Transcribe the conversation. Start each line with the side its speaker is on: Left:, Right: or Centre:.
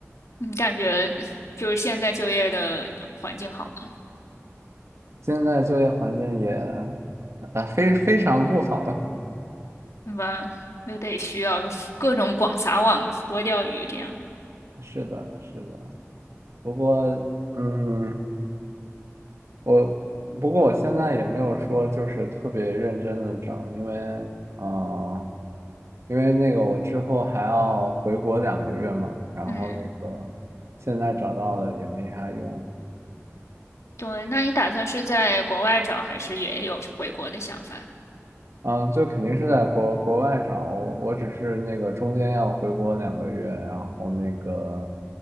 Left: 你感觉就是现在就业的环境好吗？
Right: 现在就业环境也，啊，非非常不好。
Left: 对吧？又得需要 <laughs> 各种广撒网、多钓鱼这样。
Right: <laughs> 是的，是的。不过，嗯，我不过我现在也没有说就是特别认真的找，因为啊，呃因为那个我之后还要回国两个月嘛，然后那个现在找到了也没啥用，
Left: 嗯，对。那你打算是在国外找，还是也有回国的想法？
Right: 嗯、就肯定是在国国外找，我我只是那个中间要回国两个月，然后那个